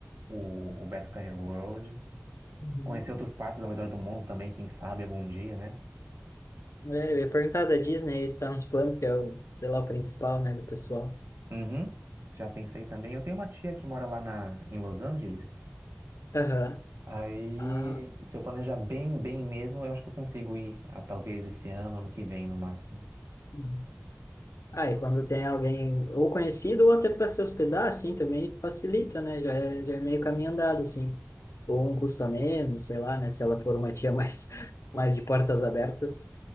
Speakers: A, on the right; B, on the left.
A: o, o Beto Carreiro World.
B: Uhum.
A: Conhecer outros parques ao redor do mundo também, quem sabe algum dia, né?
B: É, eu ia perguntar da Disney, está nos planos, que é o, sei lá, o principal, né, do pessoal.
A: Uhum. Já pensei também. Eu tenho uma tia que mora lá na, em Los Angeles.
B: Aham.
A: Aí,
B: Ah,
A: se eu planejar bem, bem mesmo, eu acho que eu consigo ir, a, talvez esse ano, ano que vem, no máximo.
B: uhum. ah, e quando tem alguém ou conhecido ou até para se hospedar, assim, também facilita, né? Já é, já é meio caminho andado, assim. Ou um custo a menos, sei lá, né? Se ela for uma tia mais, <laughs> mais de portas abertas,